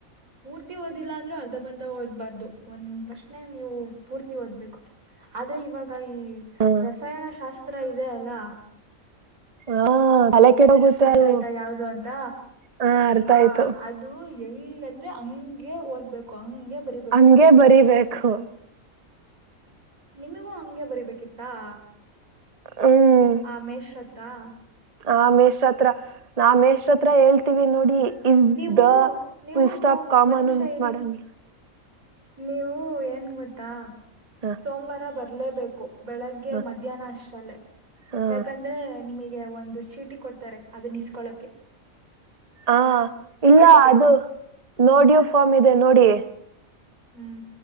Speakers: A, on the right; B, on the right.
A: ಪೂರ್ತಿ ಓದಿಲ್ಲ ಅಂದ್ರೂ ಅರ್ಧ ಬರ್ಧ ಓದ್ಬಾರ್ದು ಒಂದ್ ಪ್ರಶ್ನೆ ನೀವು ಪೂರ್ತಿ ಓದ್ಬೇಕು ಆದ್ರೆ ಇವಾಗ ಕ ಈ
B: ಹ್ಮ
A: ರಸಾಯನ ಶಾಸ್ತ್ರ ಇದೆ ಅಲ್ಲಾ.
B: ಹಾ ತಲೆ ಕಡ ಹೋಗುತ್ತ ಅದು
A: ಆಯ್ತಾ ಯಾವ್ದು ಅಂತ
B: ಹ ಅರ್ಥ
A: ಆ
B: ಆಯ್ತು.
A: ಅದು ಹೆಂಗಂದ ಹಂಗೆ ಓದ್ಬೇಕು ಹಂಗೆ ಬರಿಬೇಕು
B: ಹಂಗೆ ಬರಿಬೇಕ ಥೋ
A: ನಿಮಗೂ ಹಂಗೆ ಬರಿಬೇಕಿತ್ತು ಹಾ
B: ಹ್ಮ್
A: ಆ ಮೇಷ ಆ
B: ಆ ಮೇಷ್ರ ಹತ್ರ ನಾ ಮೇಷ್ರ ಹತ್ರ ಹೇಳ್ತೀವಿ ನೋಡಿ ಇಸ್
A: ನೀವು
B: ದ
A: ನೀವು
B: ಫುಲ್ಸ್ಟಾಪ್
A: ಸೋಮ್
B: ಕಾಮನೂ
A: ಒಂದ್ ನಿಮಿಷ
B: ಮಿಸ್
A: ಇರಿ
B: ಮಾಡಂಗ
A: ನೀವು ಏನ್ ಗೊತ್ತಾ
B: ಹ
A: ಸೋಮವಾರ ಬರ್ ಇರಲೇಬೇಕು. ಬೆಳಗ್ಗೆ
B: ಹ
A: ಮಧ್ಯಾಹ್ನ ಅಷ್ಟಲ್ಲೇ
B: ಹ
A: ಯಾಕಂದ್ರೆ ನಿಮಗೆ ಒಂದು ಶಿಟಿ ಕೊಡ್ತಾರೆ ಅದನ್ನ ಇಸ್ಕೊಳಕ್ಕೆ.
B: ಹಾ ಇಲ್ಲ
A: ಹಾಲ್ ಟಿಕೆಟ್
B: ಅದು ನೋಡಿಯೂ ಫಾರ್ಮ್ ಇದೆ ನೋಡಿ.
A: ಹ್ಮ್